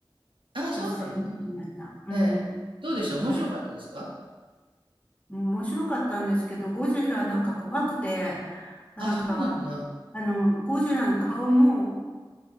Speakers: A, on the right; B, on the left.
A: あ、そうなんですね。
B: 女性も出てました。うん。
A: ええ。どうでした面白かったですか
B: え面白かったんですけど、ゴジラなんか怖くて、なんか、
A: あ、そうなんだ。
B: あの、ゴジラの顔も、